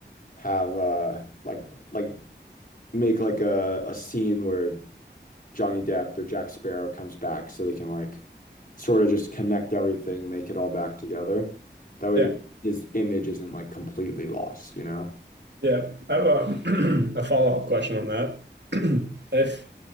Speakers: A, on the left (about 50°); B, on the right (about 70°).
A: have uh like like make like a, a scene where Johnny Depp or Jack Sparrow comes back so they can like sort of just connect everything, make it all back together. That way
B: yeah.
A: his image isn't like completely lost, you know?
B: Yeah, I have a, <clears throat> a follow-up question on that. <clears throat> If